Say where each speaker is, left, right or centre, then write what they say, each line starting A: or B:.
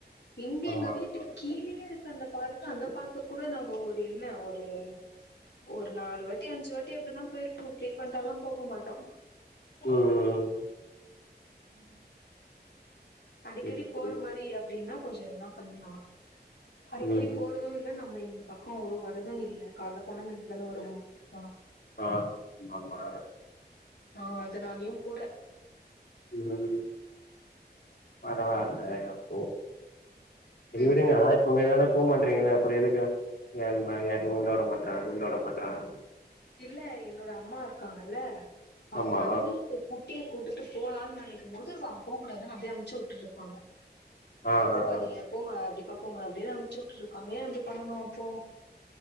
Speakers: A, on the left; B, on the left.
A: இங்க
B: ஆமாமா.
A: எங்க வீட்டு கீ கீழயே இருக்கு அந்த பார்க் அந்த பார்க்குக் கூட நாங்க ஒரு என்ன ஒரு ஒரு நாலு வாட்டி அஞ்சு வாட்டி அப்டிதா போயிருப்போ ஃப்ரீக்வன்ட்டல்லா போக மாட்டோ
B: ம் ம் ம்
A: ம் அடிக்கடி
B: புரியுது,
A: போற
B: புரியுது.
A: மாரி அப்டின்னா கொஞ்சொ எதனா பண்லா அடிக்கடி
B: ம். ம்.
A: போற து இல்ல நம்ம இந்த பக்கோ அவ்ளோ வரது இல்ல காலைல போனா நைட்டு தானே வருவோ போனோ
B: ப ம் ஆமா
A: ஆ அதுனாலயு கூட
B: ம் பரவால்லை
A: ம்
B: அப்போ செரி
A: ம்
B: விடுங்க ஆச் உங்க இதனா போ மாற்றீங்கன்னா அப்பறோ எதுக்கு யாரும யாருமே உள்ள வுட மாட்றாங்க உள்ள வுட மாட்றாங்க
A: இல்ல என்னோட அம்மா இருக்காங்கல்ல அவங்க
B: ஆமா.
A: வந்து குட்டிய கூட்டுட்டு போலான்னு நெனைக்கும் போது அவ அப் போகக்கூடாதுன் அப்டியே அமிச்சு வுட்டுருக்காங்க
B: ஆ,
A: போவாதீங்க
B: ஆ, ஆ.
A: போங்க அப்டிக்கா போங்க அப்டின்னு அமிச்சு வுட்டுருக்காங்க ஏ அப்டி பண்ணனு அப்போ